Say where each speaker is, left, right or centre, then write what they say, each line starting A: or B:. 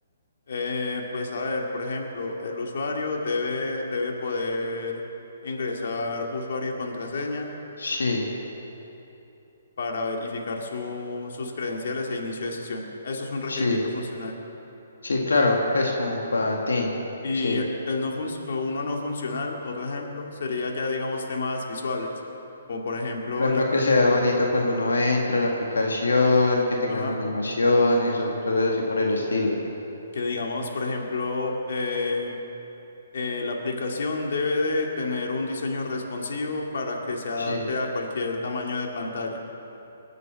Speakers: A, on the left; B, on the left.
A: eh, pues a ver, por ejemplo, el usuario debe, debe poder ingresar usuario y contraseña
B: Sí,
A: para verificar su- sus credenciales e inicio de sesión. Eso es un requerimiento
B: sí,
A: funcional.
B: sí, claro, pues como un patín,
A: Y
B: sí.
A: el no func- uno no funcional, otro ejemplo, sería ya, digamos, temas visuales, como por ejemplo
B: Por ejemplo,
A: la,
B: que
A: apli-
B: sea bonito cuando uno entra a la aplicación, que tengan
A: ajá,
B: animaciones o cosas así por el estilo.
A: que digamos, por ejemplo, eh, eh, la aplicación debe de tener un diseño responsivo para que se adapte
B: Sí,
A: a cualquier tamaño de pantalla.